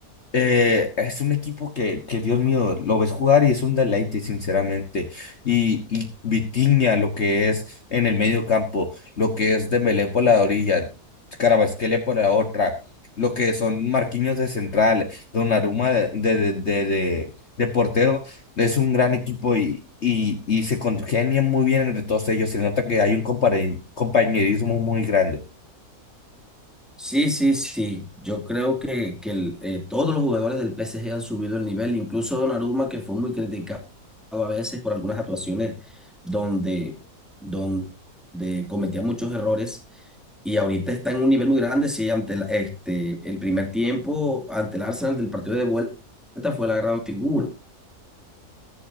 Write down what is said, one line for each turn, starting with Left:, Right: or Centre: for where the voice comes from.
Left: eh, es un equipo que, que, Dios mío, lo ves jugar y es un deleite, sinceramente. Y, y Vitinha, lo que es en el medio campo, lo que es Dembélé por la orilla, Carabasquele por la otra, lo que son Marquinhos de central, Donnarumma de, de, de, de, de- de portero, es un gran equipo y, y, y se congenian muy bien entre todos ellos. Se nota que hay un compare- compañerismo muy grande.
Centre: Sí, sí, sí. Yo creo que, que el, eh, todos los jugadores del PSG han subido el nivel, incluso Donnarumma, que fue muy criticado a veces por algunas actuaciones donde, donde cometía muchos errores Y ahorita está en un nivel muy grande, sí, ante la- este, el primer tiempo, ante el Arsenal del partido de vuelta fue la gran figura.